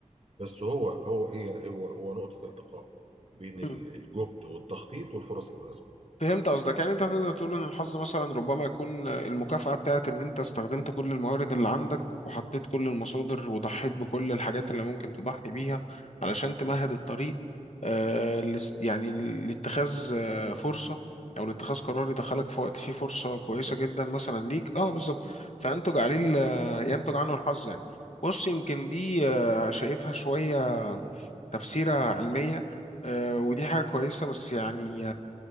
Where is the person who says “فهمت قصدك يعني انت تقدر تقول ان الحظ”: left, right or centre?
Left